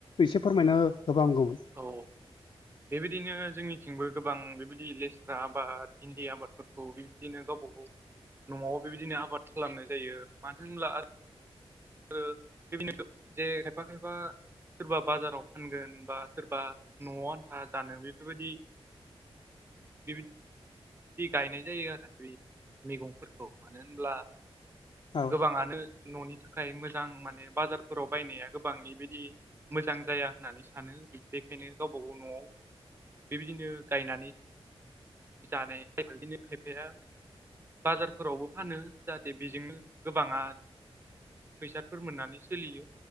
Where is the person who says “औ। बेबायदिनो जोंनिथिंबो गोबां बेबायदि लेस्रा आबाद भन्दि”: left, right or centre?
Right